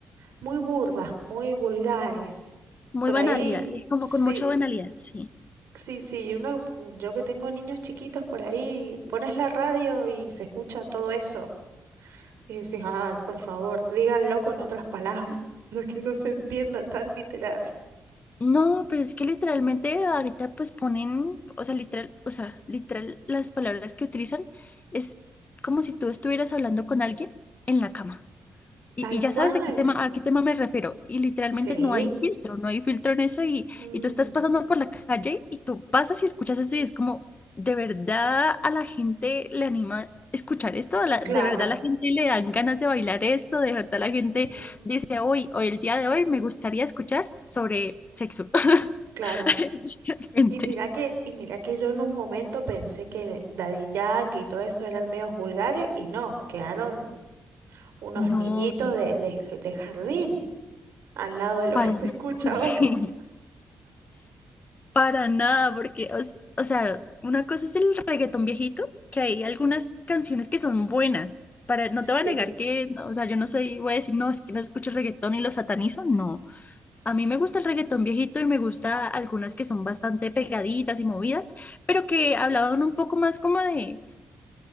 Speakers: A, on the right; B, on the left.
A: muy burdas, muy vulgares.
B: Muy
A: Por
B: banalidad,
A: ahí,
B: es como
A: sí,
B: con mucha banalidad, sí.
A: sí, sí. Uno, yo que tengo niños chiquitos, por ahí pones la radio y se escucha todo eso. Y decís, ay, por favor, díganlo con otras palabras, <laughs> para que no se entienda tan literal.
B: No, pero es que literalmente ahorita pues ponen, o sea, literal, o sea, literal, las palabras que utilizan es como si tú estuvieras hablando con alguien en la cama. Y,
A: Tal
B: y ya
A: cual.
B: sabes a qué tema, a qué tema me refiero. Y literalmente
A: Sí.
B: no hay filtro, no hay filtro en eso. Y,
A: Mm,
B: y tú estás pasando por la calle y tú pasas y escuchas eso y es como, ¿de verdad a la gente le anima escuchar esto? ¿A la- ¿De
A: claro.
B: verdad a la gente le dan ganas de bailar esto? ¿De verdad la gente
A: ujú,
B: dice, hoy, hoy el día de hoy me gustaría escuchar sobre sexo?
A: Claro.
B: <laughs> Literalmente.
A: Y mira que, y mira que yo en un momento pensé que Daddy Yankee y todo eso eran medios vulgares, y no, quedaron unos
B: No,
A: niñitos de, de, de jardín al lado de lo
B: para
A: que se
B: nada.
A: escucha
B: <laughs> Sí,
A: ahora. <laughs>
B: para nada, porque, o, s- o sea, una cosa es el reggaetón viejito, que hay algunas canciones que son buenas. Para, no
A: Sí,
B: te voy a negar que, no, o sea, yo no soy, voy a decir, no, es que no escucho reggaetón y lo satanizo, no. A mí me gusta el reggaetón viejito y me gusta algunas que son bastante pegaditas y movidas, pero que hablaban un poco más como de,